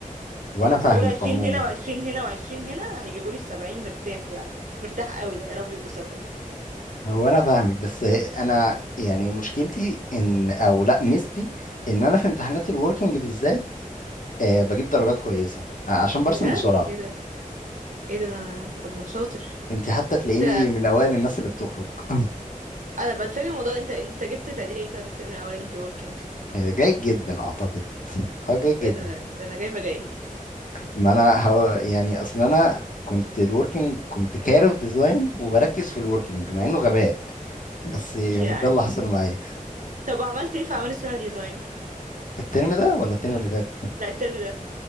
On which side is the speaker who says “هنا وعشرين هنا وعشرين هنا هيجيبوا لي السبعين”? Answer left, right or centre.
Right